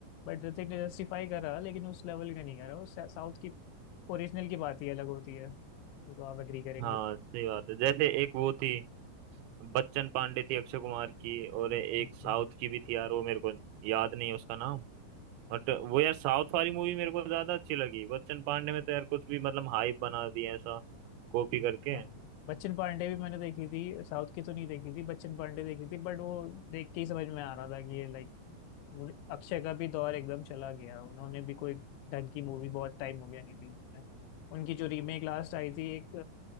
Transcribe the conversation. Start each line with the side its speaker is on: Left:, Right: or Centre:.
Left: बट ऋतिक ने जस्टिफाई करा लेकिन उस लेवल का नहीं करा उस साउथ की ओरिजिनल की बात ही अलग होती है वो तो आप एग्री करेंगे
Right: हाँ सही बात है जैसे एक वो थी बच्चन पांडे थी अक्षय कुमार की और एक
Left: हम्म
Right: साउथ की भी थी यार वो मेरे को याद नहीं है उसका नाम बट वो यार साउथ वाली मूवी मेरे को ज्यादा अच्छी लगी बच्चन पांडे में तो यार कुछ भी मतलब हाइप बना दिया ऐसा कॉपी करके
Left: हाँ बच्चन पांडे भी मैंने देखी थी साउथ की तो नहीं देखी थी बच्चन पांडे देखी थी बट वो देख के ही समझ में आ रहा था कि ये लाइक अक्षय का भी दौर एकदम चला गया उन्होंने भी कोई ढंग की मूवी बहुत टाइम हो गया नहीं थी उनकी जो रीमेक लास्ट आई थी एक